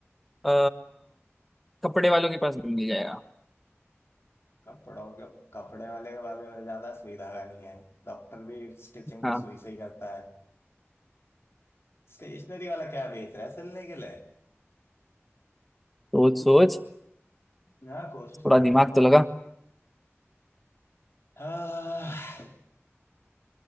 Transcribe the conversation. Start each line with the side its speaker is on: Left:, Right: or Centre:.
Centre: अ, कपड़े वालों के पास भी मिल जाएगा
Left: कपड़ों के कपड़े वाले के पास में मिल जाता है सुई धागा नहीं है डॉक्टर भी स्टिचिंग
Centre: हाँ
Left: तो सुई से ही करता है स्टेशनरी वाला क्या बेच रहा है सिलने के लिए
Centre: सोच सोच
Left: हाँ कोशिश
Centre: थोड़ा
Left: कर रहा
Centre: दिमाग
Left: है जानने
Centre: तो लगा
Left: की हाँ